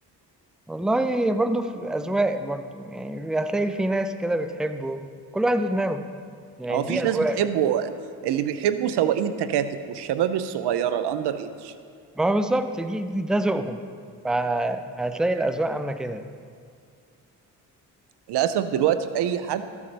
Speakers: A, in the centre; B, on the right.
A: والله برضو في أذواق برضو يعني هتلاقي في ناس كده بتحبه كل واحد ودماغه يعني
B: هو مفيش
A: دي أذواق
B: ناس بتحبه اللي بيحبه سواقين التكاتك والشباب الصغيره الاندر ايدج
A: ما هو بالظبط دي, دي ده ذوقهم فهتلاقي الأذواق عاملة كده
B: للاسف دلوقتي اي حد